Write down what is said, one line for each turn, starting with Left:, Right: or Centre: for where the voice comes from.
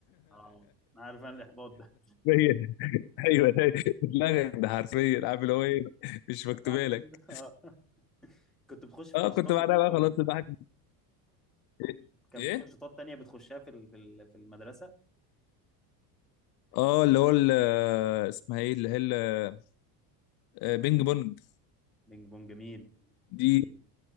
Centre: اه عارف انا الاحباط ده
Left: <laughs> ايوه ده اتلغت ده حرفيا عارف اللي هو ايه مش مكتوبه
Centre: <laughs> بعد كل
Left: لك
Centre: ده اه كنت بتخش في
Left: اه
Centre: ماتشات
Left: كنت بعدها
Centre: وكده في
Left: بقى
Centre: ال...
Left: خلاص الواحد ايه
Centre: كان
Left: إيه؟
Centre: في نشاطات تانية بتخشها في ال- في ال- في المدرسة
Left: اه اللي هو ال- اسمها ايه اللي هي ال- آه، بينج بونج
Centre: بينج بونج جميل
Left: دي
Centre: جميل